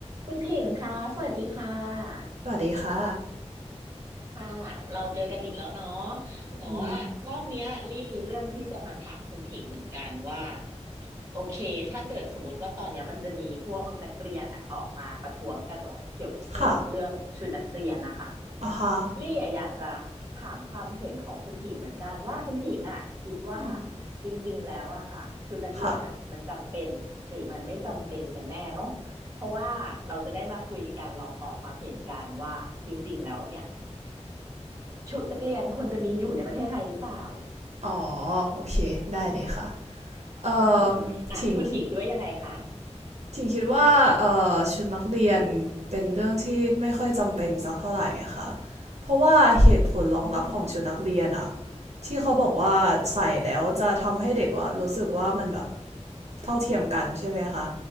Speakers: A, on the right; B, on the right.
A: คุณถิงคะสวัสดีค่ะ
B: สวัสดีค่ะ
A: ค่ะ เราเจอกันอีกแล้วเนาะแต่ว่ารอบเนี้ยลี่มีเรื่องที่จะมาถามคุณถิงเหมือนกันว่า
B: อืม
A: โอเคถ้าเกิดสมมติว่าตอนเนี้ยมันจะมีพวกนักเรียนอะออกมาประท้วงกันเนาะเกี่ยวกับพวกเรื่องชุดนักเรียนนะคะ
B: ค่ะอ่าฮะ
A: ลี่อะอยากจะถามความเห็นของคุณถิงเหมือนกันว่าคุณถิงอ่ะคิดว่า
B: อืม
A: จริงๆแล้วอะค่ะชุดนักเรียนอะมันจำเป็นหรือมันไม่จำเป็นกันแน่เนาะเพราะว่าเราจะได้มาคุยกันลองออกความเห็นกันว่าจริงๆแล้วเนี่ย
B: ค่ะ
A: ชุดนักเรียนควรจะมีอยู่ในประเทศไทยหรือเปล่า
B: อ๋อโอเค ได้เลยค่ะ เอ่อ
A: อืมอ่ะคุณถิงคิดว่ายังไงคะ
B: ถิงถิงคิดว่าเอ่อชุดนักเรียน เป็นเรื่องที่ไม่ค่อยจำเป็นสักเท่าไหร่ค่ะ เพราะว่าเหตุผลรองรับของชุดนักเรียนอะ
A: อืม
B: ที่เขาบอกว่าใส่แล้วจะทำให้เด็กว่ารู้สึกว่ามันแบบ เท่าเทียมกันใช่ไหมคะ